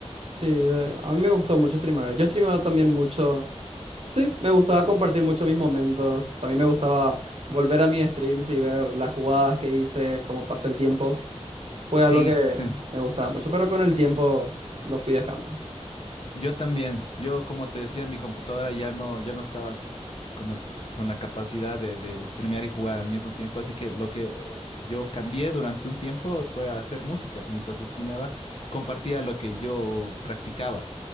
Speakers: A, on the right; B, on the left.
A: Sí, de- a mí me gustó mucho streamear. Yo streameaba también mucho. Sí, me gustaba compartir mucho mis momentos. También me gustaba volver a mis streams y ver las jugadas que hice, cómo pasé el tiempo. Fue algo
B: Sí,
A: que
B: sí.
A: me gustaba mucho, pero con el tiempo lo fui dejando.
B: Yo también. Yo, como te decía, mi computadora ya no, ya no estaba al- con el, con la capacidad de, de streamear y jugar al mismo tiempo. Así que lo que yo cambié durante un tiempo fue a hacer música. Mientras streameaba, compartía lo que yo practicaba,